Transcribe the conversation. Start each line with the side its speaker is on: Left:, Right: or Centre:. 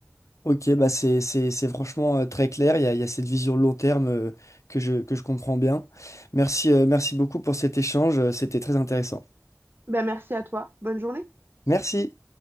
Left: Ok, bah c'est c'est- c'est franchement euh, très clair. Il y a, il y a cette vision long terme euh, que je, que je comprends bien. Merci, euh, merci beaucoup pour cet échange. euh, C'était très intéressant.
Right: Ben, merci à toi. Bonne journée.
Left: Merci.